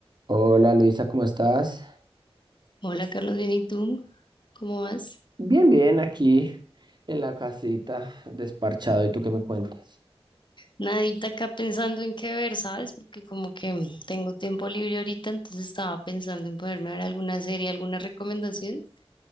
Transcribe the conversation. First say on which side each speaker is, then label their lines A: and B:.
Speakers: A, on the right; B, on the left.
A: Hola Luisa, ¿cómo estás?
B: Hola Carlos, bien, ¿y tú? ¿Cómo vas?
A: Bien, bien, aquí en la casita, desparchado. ¿Y tú qué me cuentas?
B: Nadita acá pensando en qué ver, ¿sabes? Porque como que tengo tiempo libre ahorita, entonces estaba pensando en poderme ver alguna serie, alguna recomendación.